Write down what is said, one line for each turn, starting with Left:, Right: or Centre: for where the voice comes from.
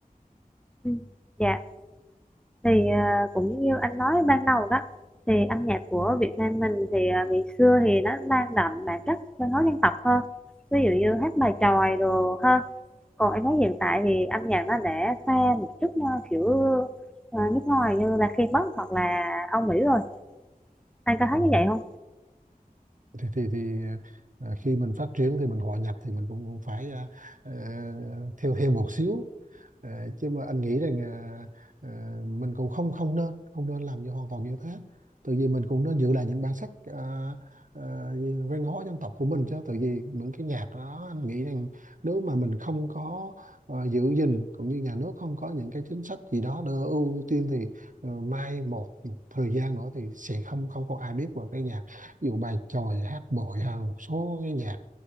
Centre: ừ, dạ thì ờ, cũng như anh nói ban đầu đó thì âm nhạc của Việt Nam mình thì ờ, ngày xưa thì nó mang đậm bản chất văn hóa dân tộc hơn ví dụ như hát bài chòi đồ hơn còn em thấy hiện tại thì âm nhạc nó đã pha một chút ờ, kiểu ờ, nước ngoài như là K-pop hoặc là Âu Mỹ rồi anh có thấy
Right: ừ.
Centre: như vậy không
Right: thì thì thì à, khi mình phát triển thì mình hòa nhập thì mình cũng cũng phải à, ờ, theo theo một xíu Ờ, chứ mà anh nghĩ rằng à, ờ, mình cũng không không nên không nên làm như hoàn toàn như thế tự vì mình cũng nên giữ lại những bản sắc à, ờ, như văn hóa dân tộc của mình chứ tự vì những cái nhạc đó anh nghĩ rằng nếu mà mình không có ờ, giữ gìn cũng như nhà nước không có những cái chính sách gì đó để ưu tiên thì ờ, mai một một thời gian nữa thì sẽ không không có ai biết về cái nhạc Ví dụ bài chòi hát bội hay một số cái nhạc